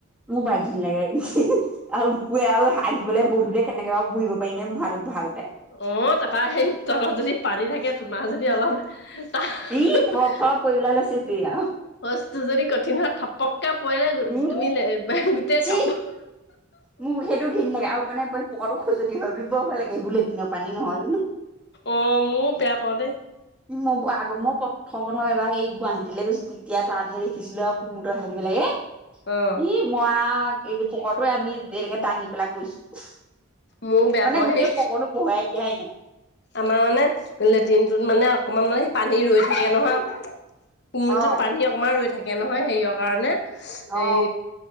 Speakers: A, in the centre; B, on the left.
A: মোৰ পৰা ঘিন লাগে আৰু পুৱে আৰু হাগিবলৈ বহোতে কেনেকে বাৰু বহিব পাৰি নে মুঢ়াটোত বহা গতে।
B: অ', তাৰপৰা সেই তলত যদি পানী থাকে, তোমাৰ যদি অলপ শৌচটো
A: ই থৰপ থৰপ পৰিবলৈ লৈছে যি আৰু
B: যদি কঠিন হয়, ঠপক কে পৰিলে
A: উম
B: তুমি লে-গোটেই
A: যি
B: কাপোৰ
A: মোক সেইটো ঘিণ লাগে আৰু মানে পকৰটো খজতি হয় বুলি বৰ ভয় লাগে, এইবোৰ লেটিনৰ পানী নহয় জানো।
B: অ', মইও বেয়া পাওঁ দেই।
A: মই আগ-মই প্ৰথম প্ৰথম এবাৰ সেই গুৱাহাটীলৈ গৈছিলোঁ, তেতিয়া তাতহে দেখিছিলো আৰু কুমুদত হাগিব লাগে। ই
B: অ
A: মই আৰু, এই পকৰটো আমি এনেকে দাঙি পেলাই কৰিছো।
B: ময়ো বেয়া
A: মানে
B: পাওঁ
A: গোটেই
B: সেই
A: পকৰটো বহুৱাই দিয়াই নাই।
B: আমাৰ মানে লেট্ৰিনটোত মানে অকমান মানে, সেই পানী ৰৈ থাকে নহয় অক কুমুদটোত
A: অ
B: পানী অকমান ৰৈ থাকে নহয়, হেৰিয়ৰ কাৰণে,
A: অ
B: এই